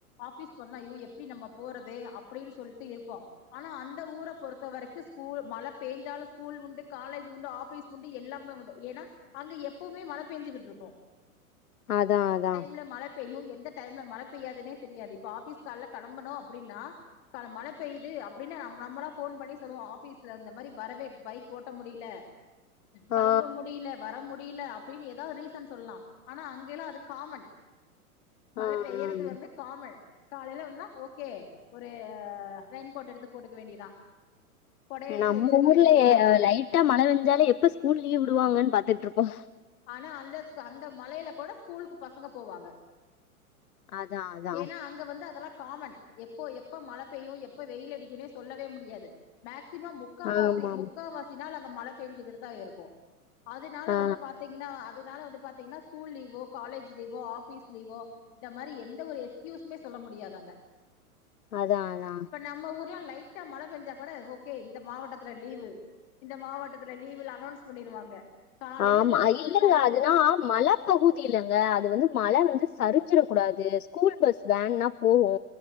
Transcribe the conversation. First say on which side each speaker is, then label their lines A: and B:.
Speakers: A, on the left (about 50°); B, on the left (about 75°).
A: ஆஃபிஸ் போறதுனா ஜயோ எப்டி நம்ம போறது அப்டின் சொல்ட்டு இருப்போ ஆனா அந்த ஊர பொறுத்த வரைக்கு ஸ்கூல் மழ பேஞ்சாலு ஸ்கூல் உண்டு காலேஜ் உண்டு ஆஃபீஸ் உண்டு எல்லாமே உண்டு ஏனா அங்க எப்பவுமே மழ பேஞ்சுகிட்ருக்கு
B: அதா அதா
A: ல்ல மழ பெய்யு எந்த டைம்ல மழ பெய்யாதுனே தெரியாது இப்ப ஆஃபீஸ் கால்ல கெளம்பனு அப்டினா கால மழ பெய்யுது அப்டினா நம்ம நம்மலா ஃபோன் பண்ணி சொல்லுவோ ஆஃபீஸ்ல இந்த மாரி வரவே பைக் ஓட்ட முடில கெளம்ப
B: ஆ,
A: முடில வர முடில அப்டின்னு ஏதாவது ரீசன் சொல்லலா ஆனா அங்க எல்லா அது காமன் மழ
B: ஆ,
A: பெய்யறது
B: ஆ.
A: வந்து காமன் காலையில வந்தா ஓகே ஒரு ஆ ரெயின்கோட் எடுத்து போட்டுக்க வேண்டியதா கொடைய எடுத்து
B: நம்ம
A: வச்சுக்க
B: ஊர்ல
A: வேண்டியதா
B: ஏ லைட் லைட்டா மழ பெஞ்சாலே எப்ப ஸ்கூல் லீவ் விடுவாங்கன்னு பாத்துட்டு இருப்போ
A: ஆனா அந் அந்த மழயில கூட ஸ்கூலுக்கு பசங்க போவாங்க
B: அதா அதா
A: ஏன்னா அங் அங்க வந்து அதெல்லா காமன் எப்போ எப்ப மழ பெய்யு எப்ப வெயில் அடிக்குன்னே சொல்லவே முடியாது மேக்சிமம் முக்கா
B: ஆமா
A: வாசி முக்காவாசி நாள் அங்க மழ பெஞ்சிக்கிட்டு தா இருக்கு அதனால
B: ஆ
A: வந்து பாத்தீங்கன்னா அதனால வந்து பாத்தீங்கன்னா ஸ்கூல் லீவோ காலேஜ் லீவோ ஆபீஸ் லீவோ இந்த மாரி எந்த ஒரு எக்ஸ்கியூஸ்மே சொல்ல முடியாது அங்க
B: அதா அதா
A: இப்ப நம்ம ஊர்ல்லா லைட்டா மழ பெஞ்சா கூட ஓகே இந்த மாவட்டத்துல இந்த லீவு இந்த மாவட்ட மாவட்டத்துல லீவு அன்னோன்ஸ் பண்ணிருவாங்க காலையில
B: ஆமா
A: இந்த ஸ்கூல்
B: இல்லங்க
A: டைமுக்குலா
B: அதனா மழ பகுதி இல்லங்க அது வந்து மழ வந்து சரிஞ்சிட கூடாது ஸ்கூல் பஸ் வேன்னா போகு